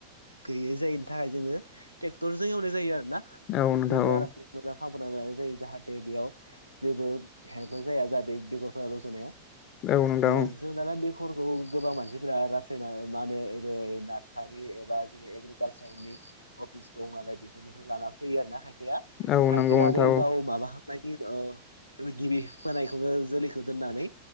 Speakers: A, on the left; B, on the left.
A: गैयै जायै थाखाय जोङो टेक्टरजों एवनाय जायो आरो ना ट्रेक्टरजों
B: औ नोंथां औ
A: आरामसे मोजां खालामगोरना लानाय जायो जाहाथे बेयाव जेबो <unintelligible> जाया जाहाथे बेगरफोरा रज'नायाव
B: औ नोंथां
A: ओ
B: औ
A: जों दाना बे फोरखौ गोबां मानसिफोरा रासायना मा होनो ओरै नार्सारि एबा जेरै एग्रिकालसारनि अफिस दं नालाय बेफोरनिफ्राय लाना फैयो आरो ना खाय फाया
B: औ
A: खायफाया
B: नंगौ नोंथां
A: आरो
B: औ
A: गाव माबाखांनायनि उनाव गिबि फोनायखौबो जोलैखौ दोननानै